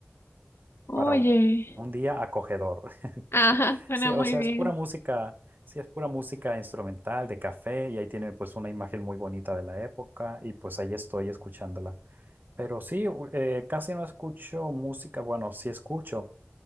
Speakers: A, on the left; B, on the right.
A: Oye,
B: para un un día acogedor.
A: ajá, suena
B: Sí,
A: muy
B: o sea,
A: bien.
B: es pura música, sí, es pura música instrumental de café y ahí tiene pues una imagen muy bonita de la época y pues ahí estoy escuchándola. Pero sí, u- eh, casi no escucho música, bueno, sí escucho,